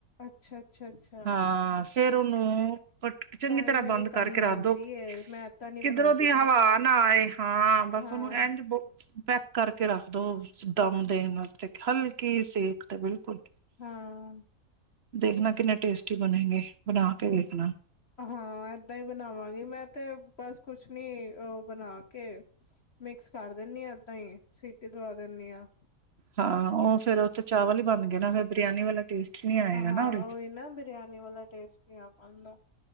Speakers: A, on the left; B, on the right.
A: ਅੱਛਾ ਅੱਛਾ ਅੱਛਾ
B: ਹਾਂ ਫੇਰ ਉਹਨੂੰ ਪਟ ਚੰਗੀ
A: ਤਾਂ
B: ਤਰ੍ਹਾਂ
A: ਹੀ ਮੇਰੀ
B: ਬੰਦ
A: ਕਮੀ
B: ਕਰਕੇ ਰੱਖ
A: ਆਉਂਦੀ
B: ਦਿਉ,
A: ਹੈ, ਮੈਂ ਤਾਂ ਨੀ
B: ਕਿੱਧਰੋ
A: ਬਣਾਉਂਦੀ
B: ਦੀ ਹਵਾ ਨਾ ਆਏ। ਹਾਂ ਬਸ
A: ਹਾਂ
B: ਉਹਨੂੰ ਇੰਝ ਬ ਪੈਕ ਕਰਕੇ ਰੱਖ ਦਿਉ, ਦਮ ਦੇਣ ਵਾਸਤੇ ਹਲਕੀ ਸੇਕ ਤੇ। ਤੇ ਬਿਲਕੁਲ
A: ਹਾਂ
B: ਦੇਖਣਾ ਕਿੰਨੇ ਟੇਸਟੀ ਬਣੇਗੇ ਬਣਾ ਕੇ ਵੇਖਣਾ
A: ਹਾਂ ਏਦਾਂ ਹੀ ਬਣਾਵਾਂਗੀ ਮੈਂ ਤੇ ਬਸ ਕੁਛ ਨੀ ਉਹ ਬਣਾ ਕੇ ਮਿਕਸ ਕਰ ਦਿੰਦੀ ਹ ਏਦਾਂ ਹੀ ਸੀਟੀ ਦਵਾ ਦਿੰਦੀ ਆ
B: ਹਾਂ ਉਹ ਫੇਰ ਉੱਥੇ ਚਾਵਲ ਹੀ ਬਣਗੇ ਇਹਨਾਂ ਨੇ ਬਿਰਆਨੀ ਵਾਲਾ ਟੇਸਟ ਨਹੀਂ ਆਏਗਾ
A: ਹਾਂ
B: ਨਾ ਉਹਦੇ ਚ
A: ਉਹੀ ਨਾ ਬਿਰਿਆਨੀ ਵਾਲਾ ਟੇਸਟ ਨਹੀ ਆਂ। ਆਂਦਾ